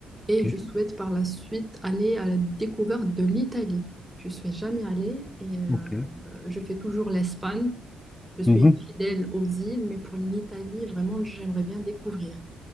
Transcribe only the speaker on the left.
ok,
ok.
Mhm,